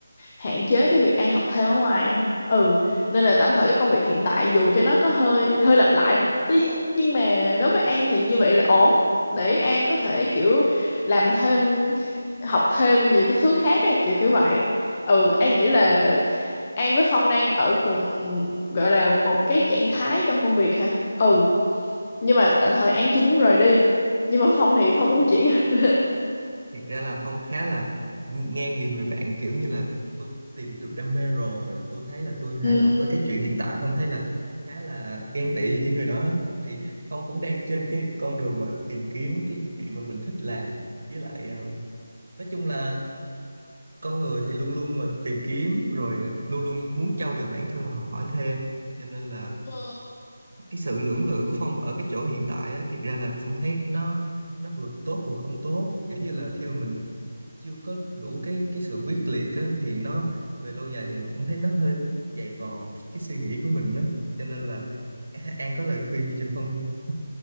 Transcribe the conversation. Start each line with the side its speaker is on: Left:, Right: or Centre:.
Left: hạn chế cái việc An học thêm ở ngoài ha. Ừ nên là tạm thời cái công việc hiện tại dù cho nó có hơi hơi lặp lại một tí nhưng mà đối với An thì như vậy là ổn để An có thể kiểu làm thêm học thêm nhiều cái thứ khác ấy, kiểu kiểu vậy ừ An nghĩ là An với Phong đang ở cùng gọi là một cái trạng thái trong công việc hả ừ nhưng mà tạm thời An chưa muốn rời đi nhưng mà Phong thì Phong muốn chuyển <laughs>
Right: thiệt ra là Phong khá là nghe nhiều người bạn kiểu như là tôi tìm được đam mê rồi tôi thấy là tôi hài
Left: Ừm,
Right: lòng với cái chuyện hiện tại Phong thấy là khá là ghen tị với những người đó thì Phong cũng đang trên cái con đường mà tìm kiếm cái chuyện mà mình thích làm với lại ờ, nói chung là con người thì luôn luôn mà tìm kiếm rồi ờ, luôn luôn muốn trau dồi bản thân và học hỏi thêm cho nên là
Left: ừ.
Right: cái sự lưỡng lự của Phong ở cái chỗ hiện tại á, thiệt ra là Phong thấy nó nó vừa tốt vừa không tốt kiểu như là khi mà mình chưa có đủ cái cái sự quyết liệt á, thì nó về lâu dài thì Phong thấy nó hơi dày vò cái suy nghĩ của mình á cho nên là A- An có lời khuyên gì cho Phong không?